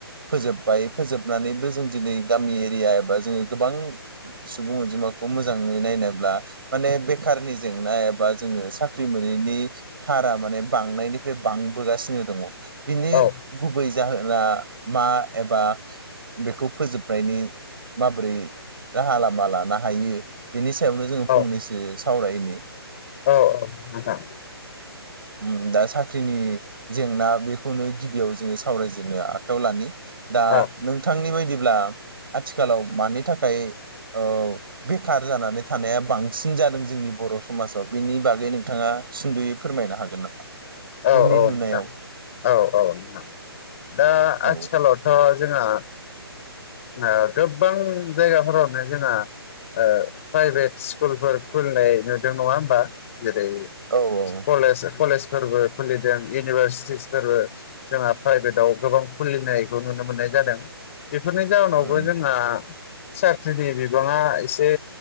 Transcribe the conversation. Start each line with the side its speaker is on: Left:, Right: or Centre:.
Right: फोजोबबाय फोजोबनानैबो जों दिनै गामि एरिया एबा जोङो गोबां सुबुं अनजिमाखौ मोजाङै नायनोब्ला माने बेखारनि जेंना एबा जोङो साख्रि मोनैनि हारा माने बांनायनि बे बांबोगासिनो दङ बिनि
Left: औ
Right: गुबै जाहोना मा एबा बेखौ फोजोबनायनि माबोरै राहा लामा लानो हायो बेनि सायावनो जोङो
Left: औ
Right: फंनैसो सावरायनि
Left: औ औ नोंथां
Right: ओम दा साख्रिनि जेंना बेखौनो गिबियाव जोङो सावरायजेननो आखायाव लानि दा
Left: औ
Right: नोंथांनि बायदिब्ला आथिखालाव मानि थाखाय थाखाय औ बेखार जानानै थानाया बांसिन जादों जोंनि बर' समाजाव बेनि बागै नोंथाङा सुद'यै फोरमायनो हागोन नामा?
Left: औ
Right: नोंनि
Left: औ
Right: नुनायाव
Left: नोथां औ औ नोंथां दा
Right: औ
Left: आथिखालाव ओ जोंहा ओ गोबां जायगाफोरावनो जोंहा ओ प्राइभेट स्कुलफोर खुलिनाय नुदों नङा होमबा जेरै
Right: औ औ
Left: कलेज कलेजफोरबो खुलिदों इउनिभारसिटिसफोरबो जोंहा प्राइभेटाव गोबां खुलिनायखौ नुनो मोननाय जादों बेफोरनि जाहोनावबो
Right: उम
Left: जोंहा साख्रिनि बिबाङा एसे